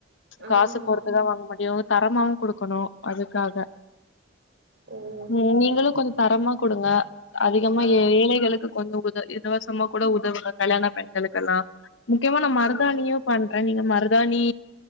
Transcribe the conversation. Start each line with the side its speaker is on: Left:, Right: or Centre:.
Right: ஆ
Left: காசு பொறுத்துதா
Right: ஆமா
Left: வாங்க முடியு தரமாவு குடுக்கணு அதுக்காக
Right: ஓ
Left: ம்
Right: சேரி
Left: நீங்களு கொஞ்சோ
Right: சேரி
Left: தரமா குடுங்க அதிகமா
Right: ஆ
Left: ஏ ஏழைகளுக்கு கொஞ்சோ உத இதுவசமா கூட உதவுங்க கல்யாண பெண்களுக்கெல்லா முக்கியமா நா மருதாணியு
Right: ஆ
Left: பண்றே நீங்க மருதாணி